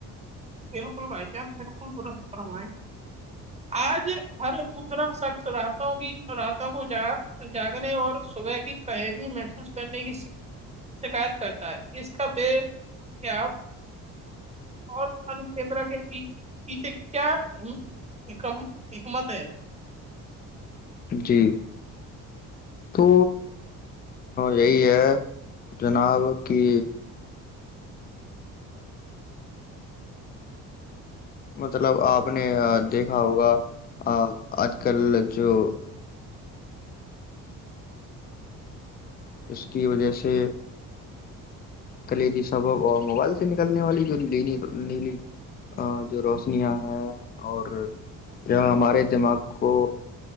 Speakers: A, on the right (about 20°); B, on the left (about 30°).
A: بالکل بھائی چانس بالکل درست فوائے آج ہر دوسرا شخص راتوں کی راتوں کو جا جاگنے اور صبح کی قہمی محسوس کرنے کی شکایت کرتا ہے اس کا بےیابوی اور کیندر کے پیے کیام ایک مت ہے
B: جی تو یہی ہے جناب کہ مطلب آپ نے دیکھا ہوگا آج کل جو اس کی وجہ سے کلیدی سبب اور موبائل سے نکلنے والی جو ن نیلی جو روشنیاں ہیں اور یہ ہمارے دماغ کو